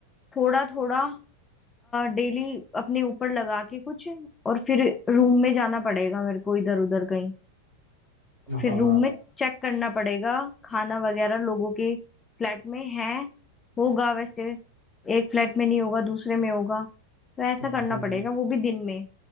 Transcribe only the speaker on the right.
हाँ
हाँ
हाँ।